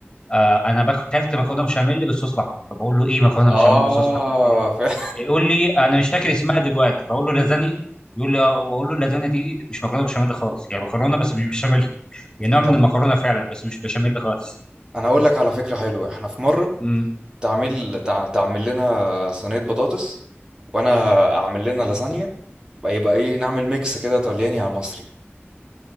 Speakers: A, on the left; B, on the right.
A: آه انا باك- اكلت مكرونه بشاميل بالصوص الاحمر فبقول له ايه مكرونه
B: اه
A: بشاميل بالصوص الاحمر دي؟
B: فعلا
A: يقول لي انا مش فاكر اسمها دلوقتي فاقول له لازانيا يقول لي اه واقول له اللازانيا دي مش مكرونه بشاميل خالص هي مكرونه بس مش بشاميل
B: <laughs>
A: هي نوع من
B: طب
A: المكرونه فعلا بس مش بشاميل خالص
B: انا هقول لك على فكرة حلوة احنا في مرة
A: امم
B: تعمل تع- تعمل لنا صينية بطاطس وانا اعمل لنا لازانيا بقى يبقى ايه نعمل ميكس كده طلياني على مصري